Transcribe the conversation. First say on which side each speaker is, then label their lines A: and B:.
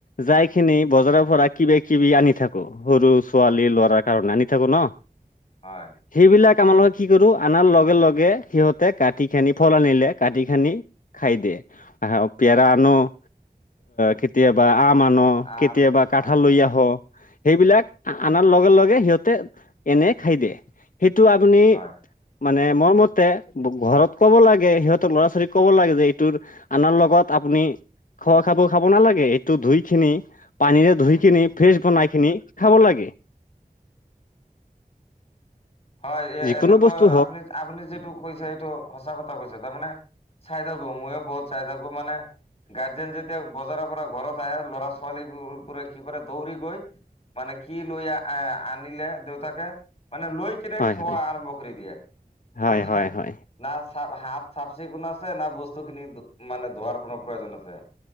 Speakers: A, on the left; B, on the left.
A: যাই খিনি বজাৰৰ পৰা কিবা-কিবি আনি থাকো, সৰু ছোৱালী ল'ৰাৰ কাৰণে আনি থাকো ন।
B: হয়।
A: সেইবিলাক আমালগে কি কৰোঁ, আনাৰ লগে লগে, সিহঁতে কাটি কিনে ফল আনিলে কাটি কিনে খাই দিয়ে। আহ পেৰা আনো অ', কে কেতিয়াবা আম আনো,
B: আম
A: কেতিয়াবা কাঠাল
B: হয়
A: লৈ
B: হয়
A: আহোঁ, সেইবিলাক
B: উম
A: আনাৰ লগে-লগে সিহঁত তে, এনে খাই দিয়ে। সেইটো আপুনি
B: হয়
A: মানে, মোৰ মতে ঘৰত ক'ব লাগে, সিহঁতৰ ল'ৰা ছোৱালীক ক'ব লাগে যে এইটোৰ আনাৰ লগত আপুনি খোৱা খাব-খাব নালাগে, এইটো ধুইকিনে পানীৰে ধুই
B: উম
A: কিনি,
B: উম
A: ফ্ৰেছ বনাইকিনি খাব লাগে।
B: হয়, এ-এনেতো
A: যিকোনো বস্তু হওক
B: আপুনি আপুনি যিটো কৈছে, সেইটো সঁচা কথা কৈছে। তাৰমানে চাই থাকো। মইয়ো বহুত চাই থাকো মানে গাৰ্জেন যেতিয়া বজাৰৰ পৰা ঘৰত আহে, ল'ৰা-ছোৱালীবোৰে কি কৰে, দৌৰি গৈ মানে কি লৈ আ-আনিলে দেউতাকে, মানে লৈ কিনে
A: হয়
B: খোৱা
A: হয়
B: আৰম্ভ কৰি দিয়ে।
A: হয়
B: মানে
A: হয় হয়
B: না, চা-হাত চাফ-চিকুণ আছে, না বস্তুখিনি মানে ধোৱাৰ কোনো প্ৰয়োজন আছে।